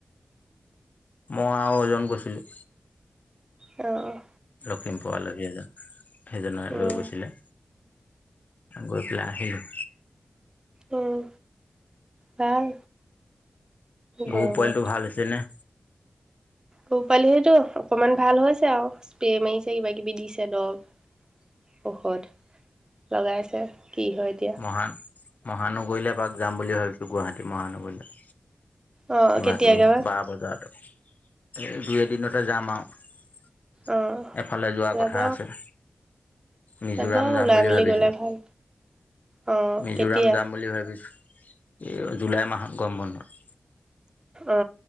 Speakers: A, on the left; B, on the right.
A: মই আৰু এজন গৈছিলোঁ।
B: অ'।
A: লখিমপুৰ আলহী এজন সেইজনে
B: অঁ
A: লৈ গৈছিলে গৈ পেলাই আহিলে।
B: উম ভাল।
A: গৰু
B: গৰমত
A: পোৱালিটো ভাল হৈছেনে?
B: গৰু পোৱালিসেইটো অকমান ভাল হৈছে আৰু স্প্ৰে মাৰিছে কিবা কিবি দিছে দৰৱ। ঔষধ লগাইছে কি হয় এতিয়া
A: মহান মহানগৰীলৈ এপাক যাম বুলি ভাবিছোঁ গুৱাহাটী মহানগৰীলৈ।
B: অঁ
A: কিবা
B: কেতিয়াকে
A: কিবি
B: বা
A: বাৰ বজাত এই দুই এদিনতে যাম আৰু।
B: অঁ
A: এফালে যোৱা
B: যাব
A: কথা আছে মিজোৰাম
B: যাব
A: যাম
B: ওলাই
A: বুলি
B: মেলি
A: ভাবিছো
B: গ'লে ভাল অ
A: মিজোৰাম
B: কেতিয়া
A: যাম বুলি ভাবিছোঁ এই জুলাই মাহত গৰম বন্ধত
B: অ